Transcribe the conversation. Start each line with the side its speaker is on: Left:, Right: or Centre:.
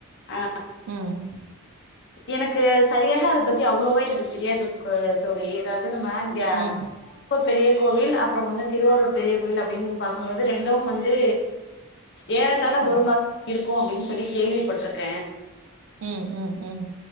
Left: அ
Right: ம்
Left: எனக்கு சரியாக அத பத்தி அவ்வளோவா எனக்கு தெரியாது தோழி அதாவ்து நம்ம இங்க
Right: ம்
Left: போ பெரிய கோவில் அப்றோ வந்து திருவாரூர் பெரிய கோவில் அப் ப்டின் பாக்கும்போது ரெண்டு வந்து ஏறத்தால
Right: ம்
Left: ஒரு மாதிரி இருக்கு அப்டின் சொல்லி கேள்விப்பட்ருக்கே
Right: ம் ம் ம்